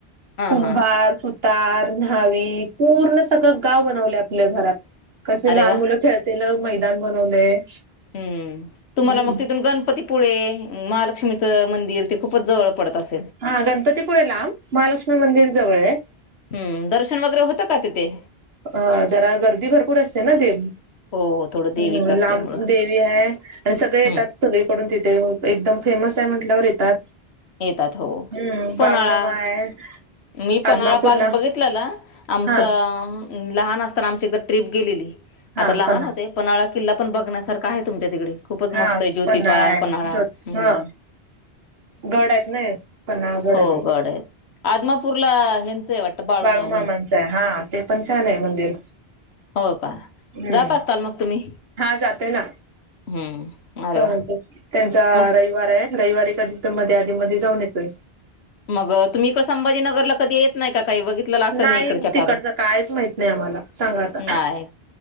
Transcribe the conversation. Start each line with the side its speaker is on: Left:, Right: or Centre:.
Left: हा
Right: कुंभार
Left: हा
Right: तार न्हावी पूर्ण सगळं गाव बनवले आपल्या घरात कसे
Left: अरे
Right: लहान
Left: वा
Right: मुलं ला मैदान बनवलंय.
Left: हम्म
Right: हम्म
Left: तुम्हाला मग तिथून गणपती पुढे महालक्ष्मीचं मंदिर ते खूपच जवळ पडत असलं.
Right: हा गणपतीपुळेला महालक्ष्मी मंदिर जवळ आहे.
Left: हम्म दर्शन वगैरे होतं का तिथे
Right: हा जरा गर्दी भरपूर असते ना देव
Left: हो थोडं देवीच
Right: हम्
Left: असल्यामुळं
Right: लांब देवी आहे आणि सगळे येतात
Left: हम्म
Right: सगळीकडून तिथे एकदम फेमस म्हटल्यावर येतात.
Left: हो
Right: हम्म बाळूमामा
Left: पन्हाळा
Right: आहे
Left: मी पन्हाळा
Right: आदमापूरला
Left: पाग बघितलाला आमचा
Right: हा
Left: लहान असताना आमची एक ट्रिप गेलेली
Right: हा
Left: आता लहान
Right: पणा
Left: होते पन किल्ला पण बघण्यासारख आहे तुमच्या तिकडे खूपच
Right: हा
Left: मस्त आहे ज्योतिबा
Right: पन्हाळा आहे
Left: पन्हाळा
Right: जोत
Left: हम्म
Right: हा गड हायत नाही पन्हाळा गड
Left: हो
Right: हाय तो.
Left: आहेत आदमापूरला ह्यांचं आहे वाटतं बाळूमा
Right: बाळूमामांचं
Left: म्हण
Right: आहे हा ते पण छान आहे मंदिर
Left: हो का
Right: हम्म
Left: जात असताल मग तुम्ही
Right: हा जाते ना
Left: हम्म अरे
Right: अ
Left: वा
Right: ते त्यांचा
Left: मग
Right: रविवार आहे. रविवारी कधी तर मध्ये आधी मध्ये जाऊन येतोय.
Left: मग तुम्ही इकड संभाजीनगरला कधी येत नाही का ताई बघितलेला असेल
Right: नाही
Left: ना इकडचा
Right: तिकडचं
Left: भाग
Right: कायच माहित नाही आम्हाला सांगा आता
Left: नाही